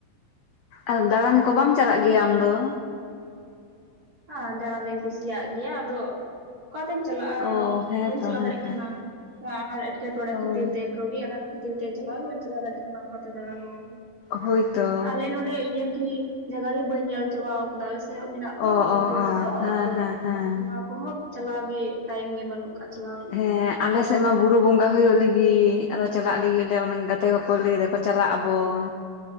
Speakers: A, on the left; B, on the right.
A: ᱟᱨ ᱫᱟᱬᱟᱱ ᱠᱚ ᱵᱟᱢ ᱪᱟᱞᱟᱜ ᱜᱮᱭᱟ ᱟᱢ ᱫᱚ
B: ᱦᱟ ᱫᱟᱬᱟ ᱫᱩᱧ ᱠᱩᱥᱤᱭᱟᱜ ᱜᱮᱭᱟ ᱟᱫᱚ ᱚᱠᱟᱛᱮᱢ ᱪᱟᱞᱟᱜᱼᱟ
A: ᱚ ᱦᱮᱸᱛᱚ
B: ᱵᱟᱹᱧ ᱪᱟᱞᱟᱣ
A: ᱦᱮᱸ
B: ᱫᱟᱲᱮᱭᱟᱜ ᱠᱟᱱᱟ᱾ <unintelligible> ᱮᱸᱴᱠᱮᱴᱚᱲᱮ
A: ᱦᱳᱭ
B: ᱠᱷᱟᱹᱛᱤᱨ ᱛᱮ ᱠᱟᱹᱣᱰᱤ ᱟᱱᱟᱴ ᱠᱷᱟᱛᱤᱨ ᱛᱮ ᱪᱟᱞᱟᱣ ᱜᱮ ᱵᱟᱹᱧ ᱪᱟᱞᱟᱣ ᱫᱟᱲᱮᱭᱟᱜ ᱠᱟᱱᱟ ᱚᱠᱟ ᱛᱮ ᱫᱟᱲᱟᱱ ᱦᱚᱸ
A: ᱦᱳᱭᱛᱚ
B: ᱟᱞᱮ ᱱᱚᱸᱰᱮ ᱤᱭᱟᱹ ᱜᱤ ᱡᱟᱭᱜᱟ ᱜᱮ ᱵᱟᱹᱧ ᱧᱮᱞ ᱪᱟᱵᱟᱣ ᱠᱟᱫᱟ ᱟᱞᱮ ᱥᱮ ᱢᱮᱱᱟᱜ ᱫᱚ
A: ᱚ ᱚ
B: ᱥᱩᱨ
A: ᱚ
B: ᱨᱮᱫᱚ
A: ᱦᱮᱸ
B: ᱟᱫᱚ
A: ᱦᱮᱸ ᱦᱮᱸ
B: ᱚᱱᱟ ᱠᱚᱦᱚᱸ ᱪᱟᱞᱟᱣ ᱜᱮ ᱴᱟᱭᱤᱢ ᱜᱮ ᱵᱟᱹᱱᱩᱜ ᱠᱟᱜ ᱪᱟᱞᱟᱣ ᱨᱮᱱᱟᱜ
A: ᱦᱮᱸ ᱟᱞᱮᱥᱮᱫ ᱢᱟ ᱵᱩᱨᱩ ᱵᱚᱸᱜᱟ ᱦᱩᱭᱩᱜ ᱞᱟᱹᱜᱤᱫ ᱟᱫᱚ ᱪᱟᱞᱟᱜ ᱞᱟᱹᱜᱤᱫ ᱞᱮ ᱜᱟᱛᱮ ᱠᱚᱠᱚ ᱞᱟᱹᱭ ᱮᱫᱟᱠᱚ ᱠᱚ ᱪᱟᱞᱟᱜ ᱟᱵᱚᱱ